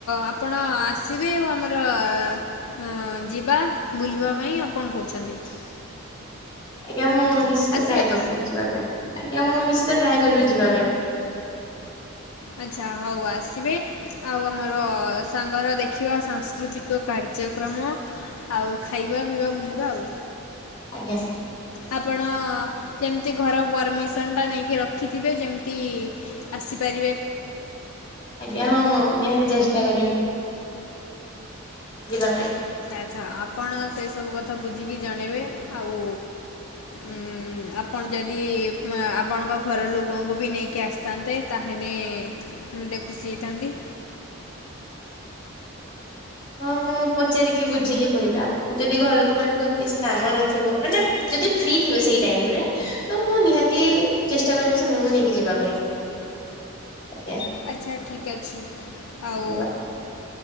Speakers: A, on the left; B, on the left.
A: ଆପଣ ଆସିବେ ଆଉ ଆମର ଅ ଯିବା। ବୁଲିବା ପାଇଁ ଆଉ କଣ କହୁଚନ୍ତି?
B: ଆଜ୍ଞା ମୁଁ ନିଶ୍ଚିତ
A: ଆସିବେ
B: ଟ୍ରାଏ କରିବି
A: ତ
B: ଯିବା ପାଇଁ। ଆଜ୍ଞା ମୁଁ ନିଶ୍ଚିତ ଟ୍ରାଏ କରିବି ଯିବା ପାଇଁ।
A: ଆଚ୍ଛା ହଉ ଆସିବେ। ଆଉ ଆମର ସାଙ୍ଗର ଦେଖିବା ସାଂସ୍କୃତିକ କାର୍ଯ୍ୟକ୍ରମ। ଆଉ ଖାଇବା, ପିଇବା, ବୁଲିବା ଆଉ।
B: ଆଜ୍ଞା।
A: ଆପଣ ଯେମିତି ଘର ପରମିସନ୍ଟା ନେଇକି ରଖିଥିବେ ଯେମି ତି ଆସିପାରିବେ।
B: ଆଜ୍ଞା ହଁ ମୁଁ ନିହାତି ଚେଷ୍ଟା କରିବି। ଯିବାପାଇଁ।
A: ଆଚ୍ଛା ଆପଣ ସେ ସବୁ କଥା ବୁଝିକି ଜଣେଇବେ ଆଉ ଉଁ ଆପଣ ଯଦି ଉପମା ଆପଣଙ୍କ ଘର ଲୋକଙ୍କୁ ବି ନେଇକି ଆସିଥାନ୍ତେ ତାହେଲେ ମୁଁ ଟିକେ ଖୁସି ହେଇଥାନ୍ତି।
B: ହଁ ମୁଁ ପଚାରିକି ବୁଝିକି କହିବି। ଆପ ଯଦି ଘର ଲୋକ ମାନଙ୍କର କିଛି କାମ ନଥିବ ମାନେ ଯଦି ଫ୍ରି ଥିବେ ସେଇ ଟାଇମରେ ତ ମୁଁ ନିହାତି ଚେଷ୍ଟା କରିବି ସେମାନଙ୍କୁ ନେଇକି ଯିବା ପାଇଁ।
A: <inaudible>
B: ଆଜ୍ଞା।
A: ଆଚ୍ଛା ଠିକ୍ ଅଛି। ଆଉ
B: ଧନ୍ୟବାଦ